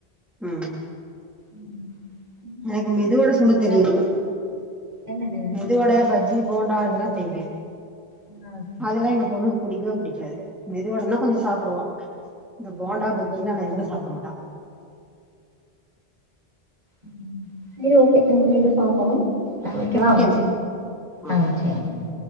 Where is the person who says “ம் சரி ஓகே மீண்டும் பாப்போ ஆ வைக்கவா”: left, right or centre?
Right